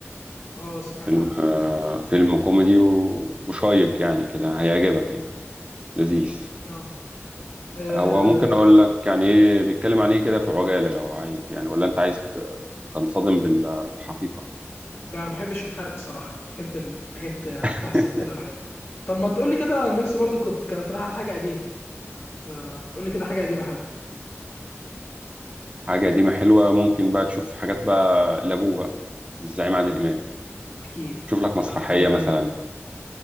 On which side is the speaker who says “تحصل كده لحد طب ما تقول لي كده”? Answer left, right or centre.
Left